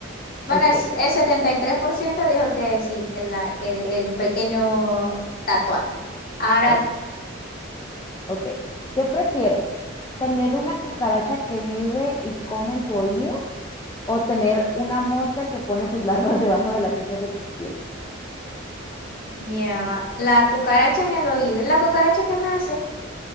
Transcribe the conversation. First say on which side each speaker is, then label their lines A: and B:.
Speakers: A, on the left; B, on the left.
A: Bueno,
B: Ok,
A: el, el 73% dijo que sí, que, la, que el, el pequeño tatuaje. Ahora
B: o- ok. ¿Qué prefieres? ¿Tener una cucaracha que vive y come en tu oído? o tener una mosca que pone sus larvas <laughs> debajo de las uñas de tus pies.
A: lleva la cucaracha en el oído. ¿Y la cucaracha qué me hace?